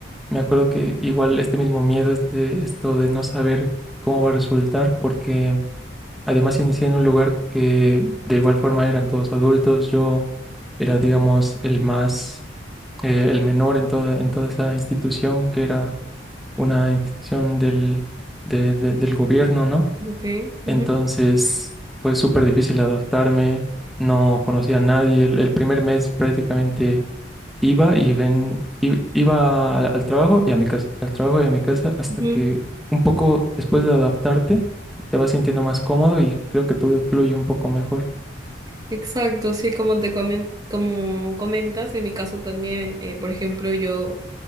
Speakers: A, in the centre; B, on the right.
A: me acuerdo que igual este mismo miedo, este, esto de no saber cómo va a resultar, porque además inicié en un lugar que de igual forma eran todos adultos, yo era, digamos, el más, eh, el menor en toda, en toda esa institución que era una institución del, de- de- del gobierno, ¿no?
B: Ok, ujú,
A: Entonces fue súper difícil adaptarme, no conocía a nadie. El, el primer mes prácticamente iba y ven, i- iba al, al trabajo y a mi casa, al trabajo y a mi casa, hasta
B: ujú.
A: que un poco después de adaptarte te vas sintiendo más cómodo y creo que todo fluye un poco mejor.
B: Exacto, sí, como te comen- como comentas, en mi caso también, eh, por ejemplo, yo